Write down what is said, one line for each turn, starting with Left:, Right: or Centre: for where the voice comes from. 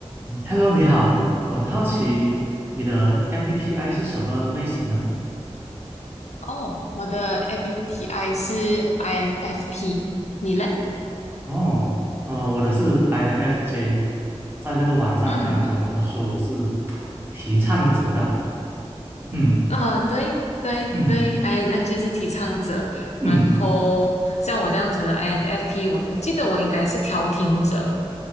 Right: 嗯 Hello，你好，我很好奇你的 MBTI 是什么类型呢？
Left: 哦，我的 MBTI 是 INFP，你嘞？
Right: 哦，呃，我的是 INFJ，在那个网站当中，
Left: 嗯，
Right: 他说我是提倡者啦。嗯
Left: 啊，对对对，INFJ
Right: 嗯
Left: 是提倡者，
Right: 嗯，
Left: 然后像我这样子的 INFP，我我记得我应该是调停者。